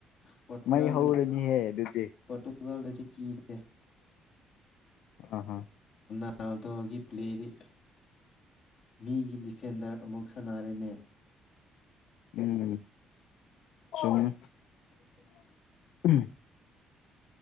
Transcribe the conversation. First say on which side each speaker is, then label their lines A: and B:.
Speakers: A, on the left; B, on the left.
A: ꯄꯣꯔꯇꯨꯒꯥꯜꯗꯗꯤ
B: ꯃꯩ ꯍꯧꯔꯅꯤꯍꯦ ꯑꯗꯨꯗꯤ
A: ꯄꯣꯔꯇꯨꯒꯥꯜꯗꯗꯤ ꯀꯤꯗꯦ
B: ꯑ
A: ꯅꯥꯎꯗꯕꯒꯤ ꯄ꯭ꯂꯦꯗꯤ ꯃꯤꯒꯤ ꯗꯤꯐꯦꯟꯗꯔ ꯑꯃꯨꯛ ꯁꯥꯟꯅꯔꯦꯅꯦ
B: ꯎꯝ ꯁꯨꯝ
A: <unintelligible>
B: ꯎꯝ